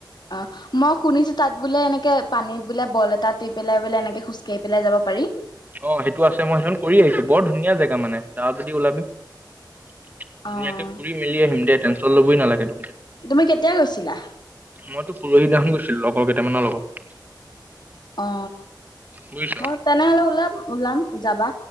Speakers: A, on the left; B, on the right.
A: অ মই শুনিছো তাত বোলে এনেকে পানীত বোলে বল এটা দি পেলাই বোলে এনেকে খোজকাঢ়ি পেলাই যাব পাৰি
B: অ সেইটো আছে, মই সেইখন কৰি আহিছো বৰ ধুনীয়া জেগা মানে, যাআ যদি ওলাবি ধুনীয়াকে
A: অ',
B: ফুৰি মেলি আহিম দে টেনশন ল ই নালাগে
A: তুমি কেতিয়া গৈছিলা?
B: মইতো পুৰহি যাম গৈছিলো লগৰ কেইটামানৰ লগত।
A: অ,।
B: বুজিছ
A: অ তেনেহলে ওলাম ওলাম যাবা